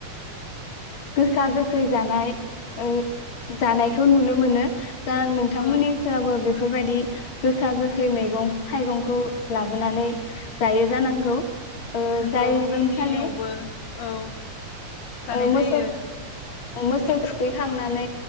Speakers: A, on the left; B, on the left.
A: गोखा गोखै जानाय ओ जानायखौ नुनो मोनो। दा नोंथांमोननि
B: नंगौ
A: सेरावबो बेफो बेफोरबायदि गोखा गोखै मैगं थाइगंखौ लाबोनानै जायो जानांगौ। ओ
B: नोंगौ
A: जाय
B: जोंनियावबो
A: दिनखालि
B: औ जानाय
A: ओ मोसौ
B: जायो।
A: मोसौ थुखैखांनानै